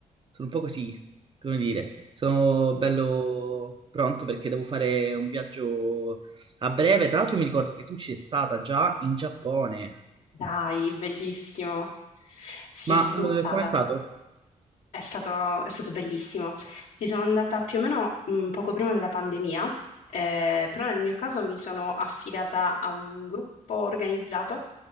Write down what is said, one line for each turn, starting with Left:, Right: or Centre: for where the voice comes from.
Right: sono un po' così, come dire, sono bello pronto perché devo fare un viaggio a breve. Tra l'altro mi ricordo che tu ci sei stata già in Giappone,
Left: Dai, bellissimo. Sì,
Right: ma
Left: ci
Right: eh,
Left: sono stata.
Right: com'è stato?
Left: È stato, è stato bellissimo. Ci sono andata più o meno mh, poco prima della pandemia, eh, però nel mio caso mi sono affidata a un gruppo organizzato